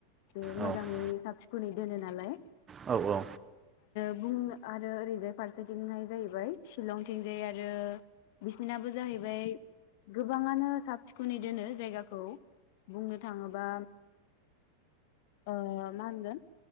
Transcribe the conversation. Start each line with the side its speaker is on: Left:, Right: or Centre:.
Left: जे
Right: औ
Left: मोजाङै साबसिन खोनै दोनो नालाय
Right: औ औ
Left: बुं आरो ओैरैजाय फारसे थिंहाय जाहैबाय चिलंथिंजाय आरो बिसिनाबो जाहैबाय गोबाङानो साब सिखोनै दोनो जायगाखौ बुंनो थाङोबा ओ मा होनगोन